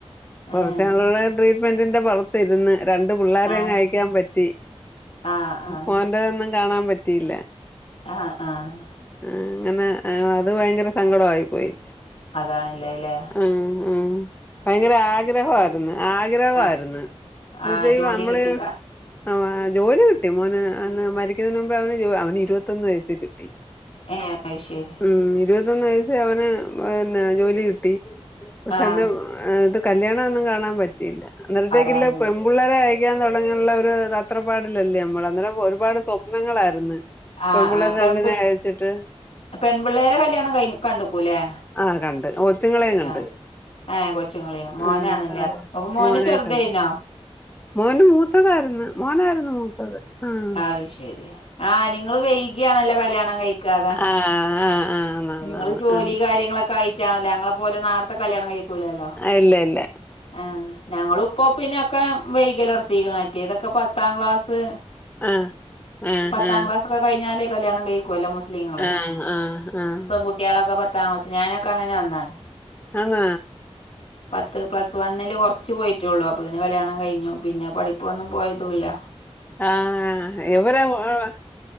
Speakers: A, on the left (about 70°); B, on the left (about 20°).
A: ഏഹ്.
B: കൊറച്ച് നാളോള് ട്രീറ്റ്മെന്റിന്റെ പൊറത്തിര്ന്ന് രണ്ട് പിള്ളാരെയങ്ങയക്കാൻ
A: ആഹ്.
B: പറ്റി.
A: ആഹ് ആഹ്.
B: മോൻ്റതൊന്നും കാണാൻ പറ്റിയില്ല
A: ആഹ് ആഹ്
B: ആഹ് അങ്ങനെ അത് ഭയങ്കര സങ്കടവായി പോയി.
A: അതാണില്ലേലേ
B: ആഹ് ആഹ് ഭയങ്കര ആഗ്രഹവായിരുന്ന് ആഗ്രഹവായിരുന്ന്
A: ആഹ്
B: എന്ന്
A: ആഹ്
B: വെച്ചാ
A: ജോലി
B: അമ്മള്
A: കിട്ടിക്കാ
B: ഈ ആ ജോലി കിട്ടി മോന് അന്ന് മരിക്കുന്നതിന് മുമ്പേ അവന് അവന് ഇരുപത്തൊന്ന് വയസ്സീ കിട്ടി.
A: ഏഹ് അയ്ശെരി.
B: ഉം ഇരുപത്തൊന്ന് വയസ്സീ അവന് പിന്നെ ജോലി കിട്ടി പക്ഷെ
A: ആഹ്
B: അന്ന് ആഹ് ഇത് കല്യാണവൊന്നും കാണാൻ പറ്റിയില്ല അന്നരത്തേക്കില്ല
A: അതാണുള്ളത്.
B: പെ പുള്ളേരെ അയക്കാൻ തൊടങ്ങ്ള്ള ഒര് തത്രപ്പാടിലല്ലേ അമ്മൾ അന്നേരം ഒര് ഒരുപാട് സ്വപ്നങ്ങളാരിന്ന്
A: ആഹ്
B: പെമ്പുള്ളാര്
A: ആഹ് പെൺപി
B: രണ്ടിനെ അയച്ചിട്ട്
A: പെൺപിള്ളേരെ കല്യാണം കഴി കണ്ട്ക്കൂല്ലേ.
B: ആഹ് കണ്ട് ഓ കൊച്ചുങ്ങളേം കണ്ട്
A: ആഹ്. ഏഹ് കൊച്ചുങ്ങള് മോനാണല്ലേ
B: ആഹ്
A: അപ്പൊ അപ്പൊ മോന്
B: മോനെ
A: ചെറുതേനോ?
B: കണ്ട്. മോന് മൂത്തതായിര്ന്ന് മോനായിര്ന്ന് മൂത്തത് ആഹ്.
A: അയ്ശെരി. ആഹ് നിങ്ങള് വൈയ്കിയാണല്ലോ കല്യാണം കഴിക്കാ അതാ
B: ആഹ് ആഹ് ആഹ് ആന്ന് ആന്ന്
A: നിങ്ങള് ജോലി
B: ആന്ന്
A: കാര്യങ്ങളൊ ക്കായിട്ടാണല്ലോ ഞങ്ങളെ പോലെ നാര്ത്തേ കല്ല്യാണം കഴിക്കൂലാല്ലോ.
B: ആഹ് ഇല്ല ഇല്ല.
A: ആഹ് ഞങ്ങളൂപ്പോ പിന്നൊക്കെ വൈയ്കലടത്തീക്ക്ണ് മറ്റേതൊക്കെ പത്താം ക്ലാസ്
B: ആഹ് ആഹ്
A: പത്താം
B: ആഹ്
A: ക്ലാസൊക്കെ കഴിഞ്ഞാല് കല്ല്യാണം കഴിക്കുവല്ല മുസ് മുസ്ലീങ്ങള്
B: ആഹ് ആഹ് ആഹ്
A: പെങ്കുട്ട്യേളൊക്കെ പ ത്താം ക്ലാസ് ഞാനൊക്കങ്ങനെ വന്നാണ്
B: ആന്നാ
A: പത്ത് പ്ലസ് വണ്ണില് കൊറച്ച് പോയിറ്റോള്ളൂ അപ്പൊത്തിന് കല്യാണം കഴിഞ്ഞു പിന്നെ പഠിപ്പൊന്നും പോയതൂല്ല്യ.
B: ആഹ് എവര് വൊ ആഹ്